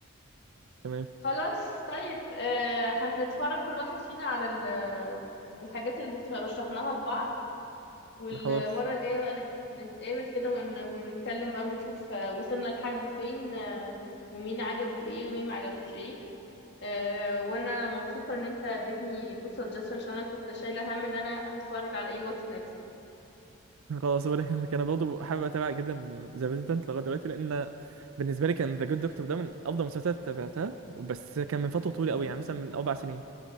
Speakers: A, on the right (about 75°); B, on the left (about 50°).
A: تمام
B: خلاص طيب آه هنتفرج كل واحد فينا على ال- الحاجات اللي رشحناها لبعض والمرة
A: خلاص
B: الجاية بقى نت- نتقابل كده ون... ونتكلم بقى ونشوف آه، وصلنا لحد فين آه، ومين عجبه ايه ومين ما عجبوش ايه آه وانا مبسوطة ان انت اديتني good suggestion عشان انا كنت شايلة هم ان انا هتفرج على ايه واتس نيكست
A: خلاص ولا يهمك <laughs> انا برضه حابب اتابع جدا ذا ريزيدنت لغايه دلوقتي لان بالنسبه لي كان ذا جود دكتور ده من افضل المسلسلات تابعتها بس كان من فتره طويله قوي
B: اه
A: يعني مثلا من اربع سنين